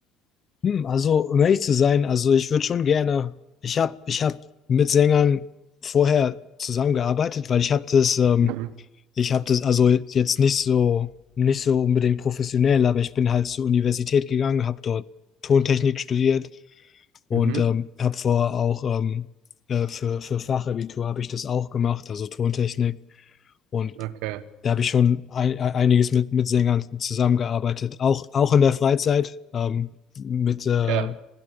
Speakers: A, on the left; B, on the right.
A: Hm, also, um ehrlich zu sein, also ich würde schon gerne, ich habe ich hab mit Sängern vorher zusammengearbeitet, weil ich habe das, ähm,
B: Mhm,
A: ich habe das, also jetzt nicht so, nicht so unbedingt professionell, aber ich bin halt zur Universität gegangen, habe dort Tontechnik studiert und
B: mhm,
A: ähm, habe vorher auch ähm, äh, für, für Fachabitur habe ich das auch gemacht, also Tontechnik. Und
B: okay.
A: da habe ich schon ein, einiges mit, mit Sängern zusammengearbeitet, auch, auch in der Freizeit. Ähm, mit äh,
B: Ja,